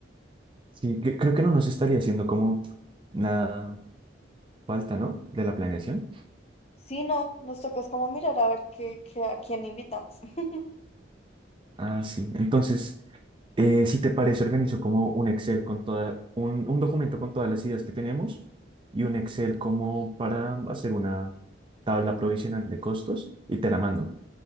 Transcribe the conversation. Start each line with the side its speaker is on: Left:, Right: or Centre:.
Right: Sí, cre- creo que no nos estaría haciendo como nada falta, ¿no? De la planeación.
Left: Sí, no, nos toca es como mirar a ver qué, qué- a quién invitamos. <laughs>
Right: Ah, sí. Entonces... Eh, si te parece, organizo como un Excel con toda, un, un documento con todas las ideas que tenemos y un Excel como para hacer una tabla provisional de costos y te la mando.